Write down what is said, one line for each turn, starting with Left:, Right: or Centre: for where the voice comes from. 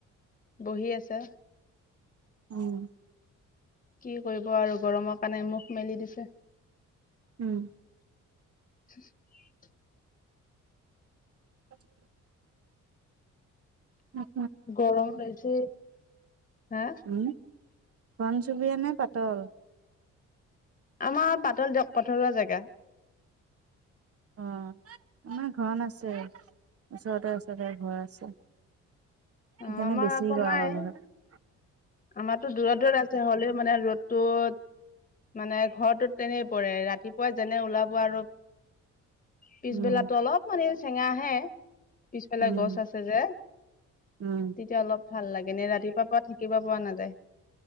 Left: বহি আছে <unintelligible>
Right: উম
Left: কি কৰিব আৰু গৰমৰ কাৰণে মুখ মেলি দিছে।
Right: উম।
Left: <inaudible>
Right: <inaudible> চত <unintelligible>
Left: গৰম বেছি হা
Right: হু ঘন চুবুৰীয়া নে পাতল?
Left: আমাৰ পাতল দিয়ক পথৰুৱা জেগা।
Right: অ' আমাৰ ঘন আছে ওচৰতে ওচৰতে ঘৰ আছে। সেইকাৰণে
Left: অ আমাৰ
Right: বেছি
Left: আকৌ
Right: কৰা
Left: নাই
Right: মানুহ কেইটাই।
Left: আমাৰতো দূৰত দূৰত আছে হ'লেও মানে ৰ'দটোত মানে ঘৰটোত তেনেই পৰে ৰাতিপুৱা যেনে ওলাব আৰু পিছবেলাতো
Right: উম,
Left: অলপ মানি চেঙা আহে পিছবেলা
Right: উম,
Left: গছ আছে যে
Right: উম,
Left: তেতিয়া অলপ ভাল লাগে। এনে ৰাতিপুৱা পৰা থি কিবা পোৱা নাযায়,